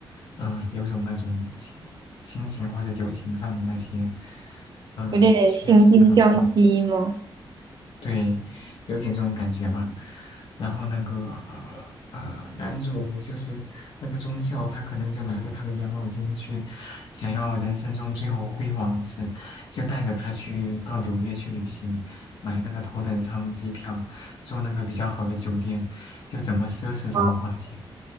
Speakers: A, on the left (about 65°); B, on the right (about 50°).
A: 嗯、有种那种亲亲情或者友情上的那些，呃，
B: 有点惺惺相惜吗？
A: 缺失吧，对吧？对，有点这种感觉吧。然后那个呃呃，男主就是那个中校，他可能就拿着他的养老金去，想要人生中最后辉煌一次，就带着他去到纽约去旅行，买那个头等舱机票，住那个比较好的酒店，就怎么奢侈怎么花钱。
B: 哇